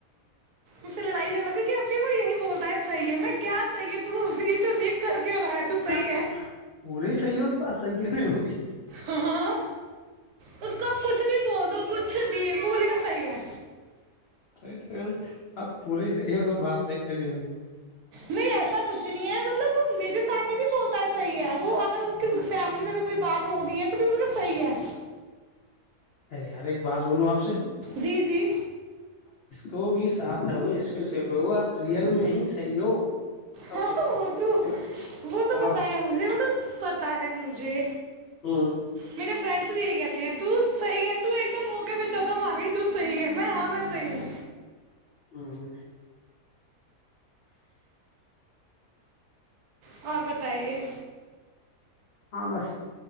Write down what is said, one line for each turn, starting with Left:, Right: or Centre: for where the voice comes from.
Right: اسے لڑائی جگڑا کیونکہ ابھی وہ یہی بولتا صحی ہے میں کیا صحی ہے ت تو دیک کر کیا رہا ہے تو صی
Left: ہ
Right: ہے
Left: پورے ہی صحیح ہو تو بس صحیح کیوں نہیں ہوگی
Right: ہاں اس کو آپ کچھ بول دو کچھ بھی بول گا صحیح ہے
Left: توئی تو ہے ن آپ پورے تو تو بات صحیح کہ نہیں ہوگی
Right: نہیں ایسا کچھ نہیں ہے مطلب وہ میرے ساتھ ہی نہیں بولتا ہے صحیح ہے وہ اگر اس کی فیملی میں بھی کوئی بات ہوگی ہے تو بھی م صحیح ہے
Left: ارے یار ایک بات بولوں آپ سے
Right: جی جی
Left: تو بھی ساتھ رہ آپ رئل میں ہی صحیح ہو
Right: ہاں
Left: آپ غلط ہو
Right: وہ
Left: ہی نہیں
Right: تو
Left: سکتے
Right: وہ تو
Left: ہاں
Right: پتا ہے مجھے مطلب ہے مجھے
Left: ہوں
Right: میرے فرینڈس بھی یہی کہتے ہیں صحی ہے ایک دم موقے پہ چوتا مار رہی صحی ہے میں ہاں میں صحی ہوں
Left: ہاں
Right: اور بتائیے
Left: ہاں بس